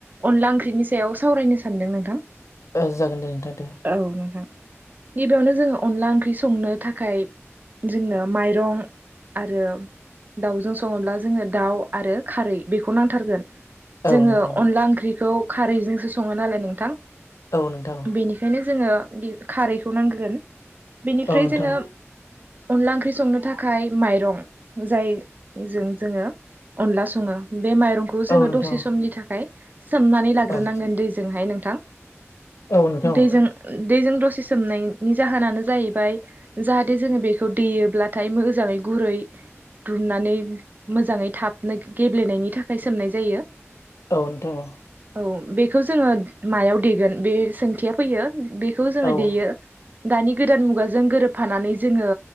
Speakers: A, on the right (about 40°); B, on the left (about 80°).
A: अनला ओंख्रिनि सायाव सावरायनो सानदों नोंथां
B: ओ जागोन दे नोंथां दे
A: औ नोंथां गिबियावनो जोङो अनला ओंख्रि संनो थाखाय जोंनो माइरं आरो दाउजों सङोब्ला जोङो दाउ आरो खारै बेखौ नांथारगोन
B: औ
A: जोंङो
B: नोंथां
A: अनला ओंख्रिखौ खारैजोंसो सङो नालाय नोंथां
B: औ नोंथां
A: बेनिखायनो जोंङो खारैखौ नांगोन बेनिफ्राय
B: औ नोंथां
A: जोङो अनला ओंख्रि संनो थाखाय माइरं जाय जों जोङो अनला सङो बे माइरंखौ जोङो
B: औ नोंथां
A: दसे समनि थाखाय सोमनानै लाग्रोनांगोन
B: औ
A: दैजोंहाय नोंथां
B: औ नोंथां
A: दैजों दैजों दसे सोमनायनि जाहोनानो जाहैबाय जाहाथे जोङो बेखौ दैयोब्लाथाय मोजाङै गुरै रुननानै मोजाङै थाबनो गेब्लेनायनि थाखाय सोमनाय जायो
B: औ नोंथां औ
A: औ बेखौ जोङो मायाव देगोन बे सोंथिया फैयो बेखौ जोङो
B: औ
A: देयो दानि गोदान मुगाजों गोरोबफानानै जोङो